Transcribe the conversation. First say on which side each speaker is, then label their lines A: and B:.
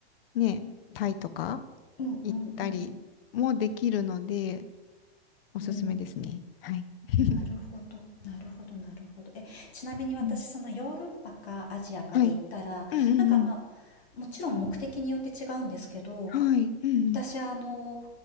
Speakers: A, on the left (about 65°); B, on the left (about 85°).
A: ね、タイとか
B: うんうんうん。
A: 行ったりもできるので、おすすめですね。
B: うん。
A: はい。<laughs>
B: なるほど。なるほどなるほど。え、ちなみに私、
A: うん
B: そのヨーロッパかアジアかで言ったら、
A: はい。うんう
B: なんかまあ、
A: ん
B: もちろん目的によって違うんですけど、
A: うん。はい。うんうん。
B: 私あの、